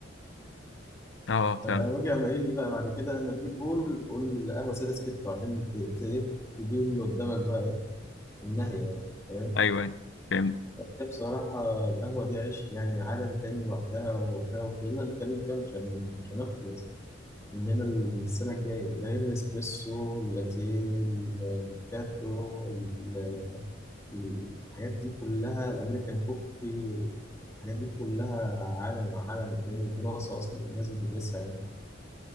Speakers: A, on the left; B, on the left.
A: أه فاهم
B: وجع ما ايه اللي بقى بعد كده لما تيجي تقول قول قهوه ساده سكتو عشان ت- ت- تدي اللي قدامك بقى ايه النهيه يعني فاهم
A: أيوه أيوه فهمت
B: هي بصراحه القهوه دي عيش يعني عالم تاني لوحدها ووحدها وفضلنا نتكلم فيها مش هن- مش هنخلص من هنا السنه الجايه ده غير الاسبريسو اللاتيه الميكاتو ال- الحاجات دي كلها الامريكان كوفي الحاجات دي كلها عالم عالم تاني الدراسة أصلا الناس بتدرسها يعني